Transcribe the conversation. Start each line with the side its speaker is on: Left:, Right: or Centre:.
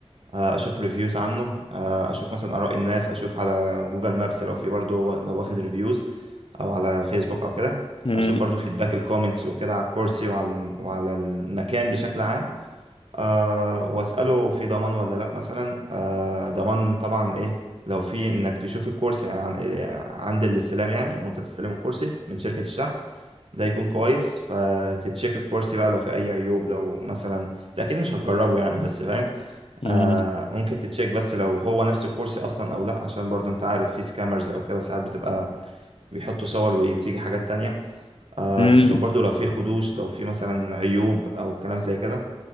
Right: آه، اشوف ريفيوز عنه آه، اشوف مثلا اراء الناس اشوف على جوجل مابس لو في برضو لو واخد ريفيوز او على فيسبوك او كده
Left: مم.
Right: اشوف برضو فيدباك الكومنتس وكده على الكرسي وعلى وعلى المكان بشكل عام آه واسأله في ضمان ولا لأ مثلا آه ضمان طبعا إيه لو في إنك تشوف الكرسي عن عند الاستلام يعني وأنت بتستلم الكرسي من شركة الشحن ده يكون كويس فتتشيك الكرسي بقى لو في أي عيوب لو مثلا أنت أكيد مش هتجربه يعني بس فاهم
Left: مم.
Right: آه ممكن تتشيك بس لو هو نفس الكرسي أصلا أو لأ عشان برضو أنت عارف في سكامرز أو كده ساعات بتبقى بيحطوا صور وتيجي حاجات تانية آه
Left: مم.
Right: تشوف برضو لو في خدوش لو في مثلا عيوب أو كلام زي كده